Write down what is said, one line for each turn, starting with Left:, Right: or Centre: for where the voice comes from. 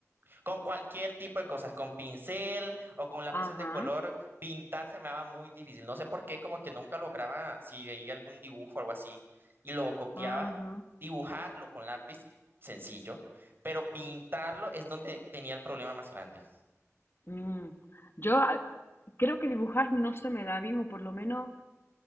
Right: Con cualquier tipo de cosas, con pincel o con lápices
Left: Ajá,
Right: de color, pintar se me daba muy difícil. No sé por qué, como que nunca lograba, si veía algún dibujo o algo así y lo copiaba,
Left: ajá.
Right: dibujarlo con lápiz, sencillo, pero pintarlo es donde tenía el problema más grande.
Left: mm. Yo ah, creo que dibujar no se me da bien, o por lo menos